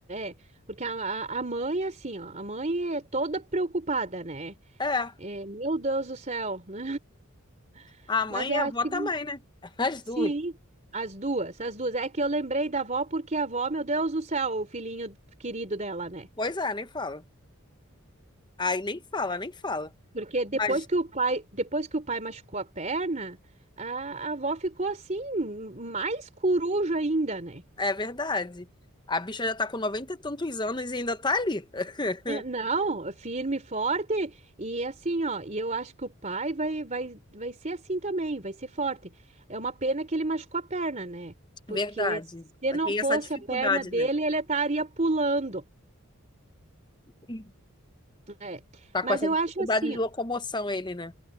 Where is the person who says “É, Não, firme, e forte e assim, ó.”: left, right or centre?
Right